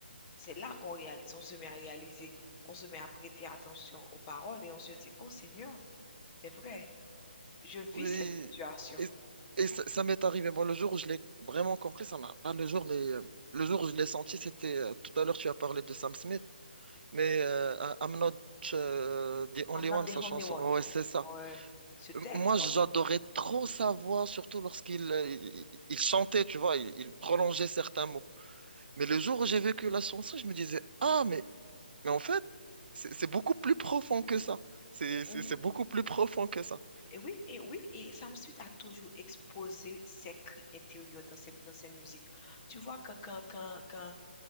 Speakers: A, on the left (about 20°); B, on the right (about 65°).
A: c'est là qu'on réalise, on se met à réaliser, on se met à prêter attention aux paroles et on se dit, oh Seigneur, c'est vrai, je vis
B: Oui.
A: cette situation.
B: Et, et ça, ça m'est arrivé. Moi, le jour où je l'ai vraiment compris, ça m'a pas le jour, mais euh, le jour où je l'ai senti, c'était euh, tout à l'heure, tu as parlé de Sam Smith, mais euh, I'm not euh, the only
A: I'm not
B: one,
A: the
B: sa
A: only
B: chanson.
A: one.
B: Ouais, c'est ça.
A: Ouais, ce texte,
B: Moi, j'adorais
A: oh Seigneur.
B: trop sa voix, surtout lorsqu'il euh, il, il chantait, tu vois, il, il prolongeait certains mots. Mais le jour où j'ai vécu la chanson, je me disais, ah, mais, mais en fait, c'est c'est beaucoup plus profond que ça. C'est c'est-
A: Mhm.
B: c'est beaucoup plus profond que ça.
A: Et oui, et oui, et Sam Smith a toujours exposé ses cris intérieurs dans ses, dans ses musiques. Tu vois, quand, quand, quand, quand,